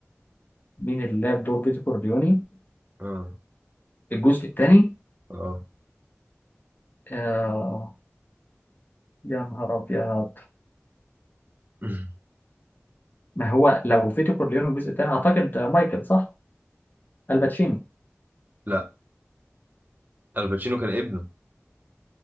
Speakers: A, on the left; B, on the right.
A: مين اللي لعب دور بيتو كورليوني
B: اه
A: الجزء الثاني
B: اه
A: آه... يا نهار ابيض
B: <laughs>
A: ما هو لو فيتو كورليوني الجزء الثاني اعتقد آه، مايكل صح الباتشينو
B: لا الباتشينو كان ابنه